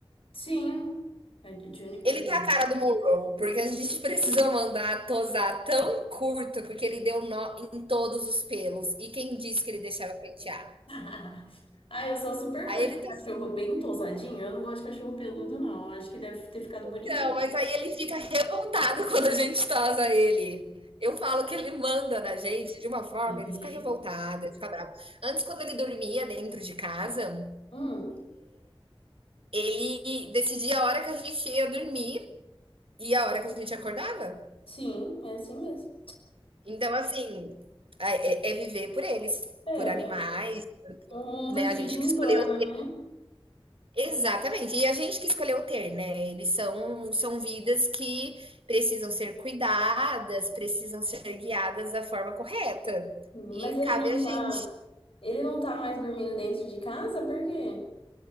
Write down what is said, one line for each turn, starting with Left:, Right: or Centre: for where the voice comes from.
Left: sim, é de Juniper.
Right: Ele tá a cara do Monroe, porque a gente <laughs> precisou mandar tosar tão curto, porque ele deu nó em todos os pelos. E quem disse que ele deixava pentear?
Left: <laughs> Ah, eu sou super
Right: Aí
Left: fã de
Right: ele
Left: cachorro
Right: tá
Left: bem tosadinho. Eu não gosto de cachorro peludo, não. Acho que deve ter ficado bonitinho.
Right: Então, mas aí ele fica revoltado <laughs> quando a gente tosa ele. Eu falo que ele manda na gente de uma forma,
Left: Sim.
Right: ele fica revoltado, ele fica bravo. Antes, quando ele dormia dentro de casa,
Left: Hum,
Right: ele decidia a hora que a gente ia dormir e a hora que a gente acordava.
Left: sim, é assim mesmo.
Right: Então, assim, é, é- é viver por eles,
Left: É,
Right: por animais, por-
Left: o mundo
Right: né?
Left: gira
Right: A gente
Left: em
Right: que escolheu
Left: torno, né?
Right: Exatamente. E a gente que escolheu ter, né? Eles são, são vidas que precisam ser cuidadas, precisam ser guiadas da forma correta.
Left: Mas
Right: E
Left: ele
Right: cabe
Left: não
Right: a gente.
Left: tá, ele não tá mais dormindo dentro de casa, por quê?